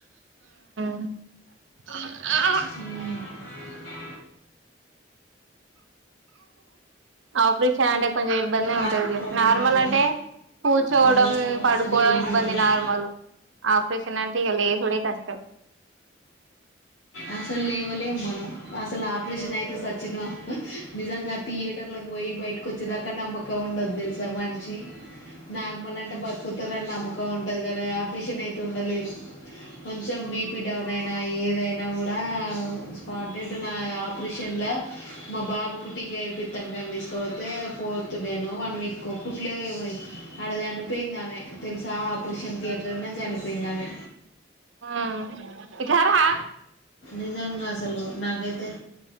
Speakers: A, on the right; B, on the left.
A: ఉ
B: ఉ
A: ఆపరేషన్ అంటే కొంచెం ఇబ్బందే
B: కారం
A: ఉంటంది లే
B: పొడి
A: నార్మల్
B: తినాలి
A: అంటే కూర్చోవడం
B: ఓ
A: పడుకోవడం
B: అసలు ఏం
A: ఇబ్బంది
B: తినేది
A: నార్మల్ ఆపరేషన్ అంటే ఇగ లే చూడే కష్టం
B: అసలు లేవలేము మనం అసలు ఆప్ పిషన్ అయితే సచిన నిజంగా థియేటర్ పోయి బయట కో వర్చ్చుదాకా నమ్మకం ఉండదు తెలుసా మనిషి నార్మల్ అంటే బతుకుతారుని నమ్మకం ఉంటుంది కానీ ఆ ఆపరేషన్ అయితే ఉండలేరు కొంచెం బీపీ డౌన్ అయినా ఏ నా కూడా స్పాట్ట్ నా ఆపరేషన్ లో మా బాబుకు టీకా ఏపిస్తానుగా వాన్ని తీసుకపోతే ఫోర్త్ డేనుో వన్ వీక్ కో కుట్ లో ఏమై ఆడ చనిపోయింది ఆమె తెలుసా ఆపరేషన్ థియేటర్ లోనే చనిపోయిది ఆమె
A: ఆ ఇటు రారా
B: నిజంగా అసలు నాకైతే